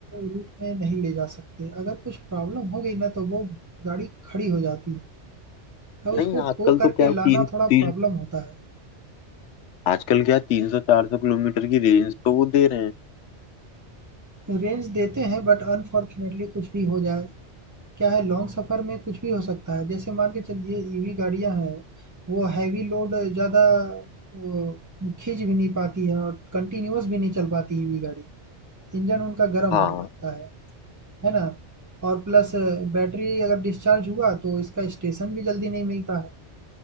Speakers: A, on the right; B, on the left.
A: रूट में नहीं ले जा सकते। अगर कुछ प्रॉब्लम हो गई ना तो वो गाड़ी खड़ी हो जाती है। अब उसको
B: नहीं आजकल
A: टो करके
B: तो क्या
A: लाना
B: तीन
A: थोड़ा
B: तीन
A: प्रॉब्लम होता
B: आजकल क्या तीन सौ चार सौ किलोमीटर की रेंज तो वो दे रहे हैं
A: है। रेंज देते हैं बट अनफॉर्चुनेटली कुछ भी हो जाए। क्या है लॉन्ग सफ़र में कुछ भी हो सकता है। जैसे मान के चलिए ईवी गाड़ियाँ हैं वो हैवी लोड ज़्यादा वो खींच भी नहीं पाती है और कंटिन्यूअस भी नहीं चल पाती ईवी गाड़ी। इंजन उनका गर्म
B: हाँ
A: होने लगता है। है ना? और प्लस बैटरी अगर डिस्चार्ज हुआ तो इसका स्टेशन भी जल्दी नहीं मिलता है,